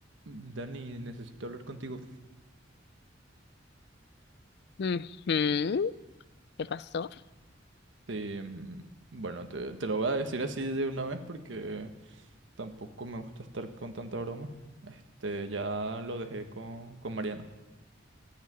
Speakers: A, on the right; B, on the left.
A: Dani, necesito hablar contigo.
B: Ujú, ¿Qué pasó?
A: Eh, mm, bueno, te, te lo voy a decir así de una vez porque tampoco me gusta estar con tanta broma. Este, ya lo dejé con, con Mariana.